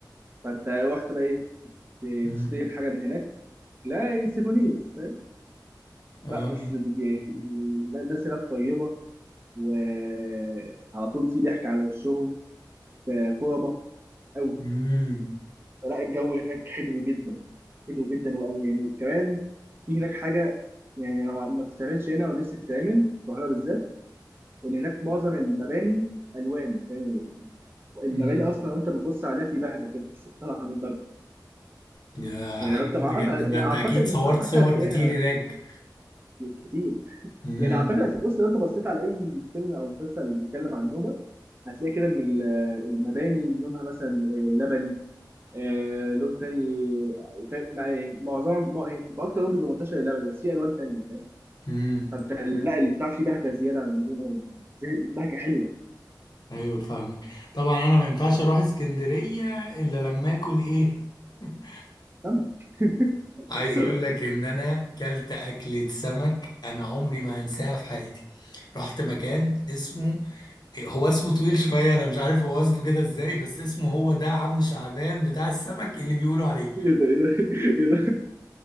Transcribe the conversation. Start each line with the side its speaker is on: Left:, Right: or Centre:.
Right: فانت رحت بقى ايه
Left: مم.
Right: ت- تشتري الحاجه من هناك لا يعني سيفونيرز فاهم
Left: آه.
Right: لا بس بي- لا، الناس هناك طيبه وعلى طول في ضحك على وشهم ك- كرمه قوي
Left: مم.
Right: فلا الجو هناك حلو جدا حلو جدا وقال يعني كمان في هناك حاجه يعني انا ما بتتعملش هنا ونفسي تتعمل في القاهره بالذات ان هناك معظم المباني الوان يعني المباني
Left: مم.
Right: اصلا وانت بتبص عليها في بهجه كده تحس بطلعه من الباب
Left: ده
Right: يعني
Left: حاجة
Right: لو انت
Left: جامدة
Right: معرفش
Left: جدا
Right: يعني
Left: ده انت
Right: اعتقد
Left: اكيد صورت
Right: اعتقد
Left: صور
Right: هتلاقيها
Left: كتير هناك
Right: كتير
Left: امم
Right: يعني اعتقد هتلاقي- بص لو انت بصيت على اي فيلم او مسلسل بيتكلم عن النوبه هتلاقي كده ان ال- المباني لونها مثلا آه، لبني آه لون تاني فاهم يعني معظم ما- يعني بتبقى اكتر لون بيبقى منتشر اللبني بس في الوان تانية فاهم
Left: امم
Right: فانت لا البتاع فيه بهجه زياده عن اللزوم قوي بهجه حلوه
Left: ايوه فاهمك طبعا انا ما ينفعش اروح اسكندرية الا لما اكل ايه <laughs>
Right: سمك <laughs>
Left: عايز اقول لك ان انا كلت اكلة سمك انا عمري ما هنساها في حياتي رحت مكان اسمه هو اسمه طويل شوية انا مش عارف هو اسمه كده ازاي بس اسمه هو ده عم شعبان بتاع السمك اللي بيقولوا عليه
Right: ايه ده ايه ده ايه ده